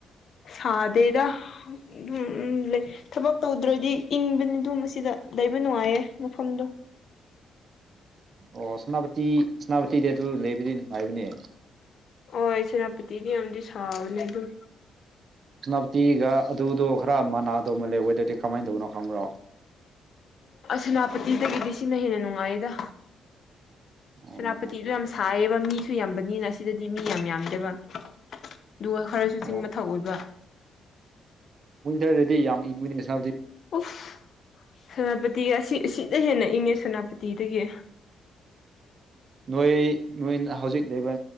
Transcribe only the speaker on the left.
ꯁꯥꯗꯦꯗ ꯎꯝ ꯎꯝ ꯂꯩ ꯊꯕꯛ ꯇꯧꯗ꯭ꯔꯗꯤ ꯏꯪꯕꯅꯤꯗꯨ ꯃꯁꯤꯗ ꯂꯩꯕ ꯅꯨꯡꯉꯥꯏꯌꯦ ꯃꯐꯝꯗꯣ
ꯍꯣꯏ ꯁꯦꯅꯥꯄꯇꯤꯗꯤ ꯑꯃꯗꯤ ꯁꯥꯕꯅꯦ ꯑꯗꯨꯝ
ꯁꯦꯅꯥꯄꯇꯤꯗꯒꯤꯗꯤ ꯁꯤꯅ ꯍꯦꯟꯅ ꯅꯨꯡꯉꯥꯏꯌꯦꯗ
ꯁꯦꯅꯥꯄꯇꯤꯗꯨ ꯌꯥꯝ ꯁꯥꯏꯌꯦꯕ ꯃꯤꯁꯨ ꯌꯥꯝꯕꯅꯤꯅ ꯁꯤꯗꯗꯤ ꯃꯤ ꯌꯥꯝ ꯌꯥꯝꯗꯦꯕ ꯑꯗꯨꯒ ꯈꯔꯁꯨ
ꯆꯤꯡ ꯃꯊꯛ ꯑꯣꯏꯕ
ꯎꯐ ꯁꯦꯅꯥꯄꯇꯤ ꯑꯁꯤ ꯁꯤꯅ ꯍꯦꯟꯅ ꯏꯪꯉꯦ ꯁꯦꯅꯥꯄꯇꯤꯗꯒꯤ